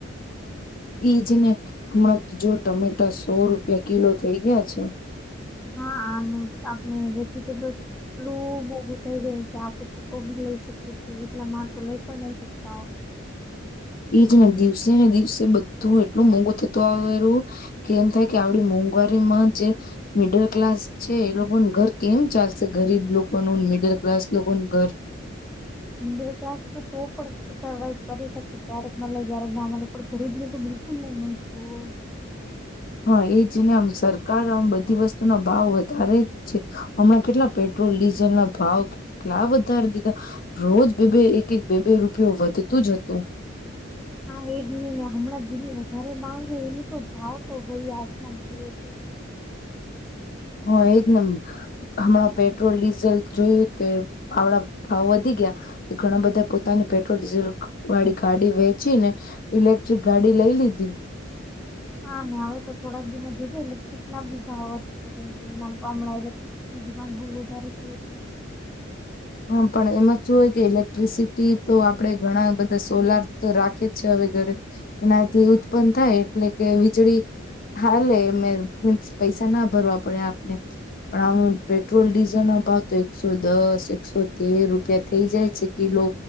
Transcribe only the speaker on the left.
ઈજ ને હમણાં જો ટમેટા સો રૂપિયા કિલો થઈ ગયા છે.
ઈજ ને દિવસે ને દિવસે બધું એટલું મોંઘું થતું આવેરુ. કે એમ થાય કે આવડી મોંઘવારીમાં જે મિડલ ક્લાસ છે એ લોકોનું ઘર કેમ ચાલશે? ગરીબ લોકોનું ને મિડલ ક્લાસ લોકોનું ઘર.
હા એજ ને આમ સરકાર આમ બધી વસ્તુના ભાવ વધારે છે. હમણાં કેટલા પેટ્રોલ ડીઝલના ભાવ કેટલા વધાર દીધા. રોજ બે બે એક એક બે બે રૂપિયો વધતું જ હતું.
હહ એજ ને એમ હમણાં પેટ્રોલ ડીઝલ જોયું તે આવડા ભાવ વધી ગયા. તે ઘણા બધા પોતાની પેટ્રોલ ડીઝલ વાળી ગાડી વેચી ને ઇલેક્ટ્રિક ગાડી લઈ લીધી.
હા પણ એમાં શું હોય કે ઇલેક્ટ્રિસિટી તો આપડે ઘણા બધા સોલાર તો રાખે જ છે હવે ઘરે. એનાથી ઉત્પન્ન થાય એટલે કે વીજળી હાલેે એમે મીન્સ પૈસા ના ભરવા પડે આપને. પણ આ પેટ્રોલ ડીઝલના ભાવ તો એકસો દસ, એકસો તેર રૂપિયા થઈ જાય છે કિલો.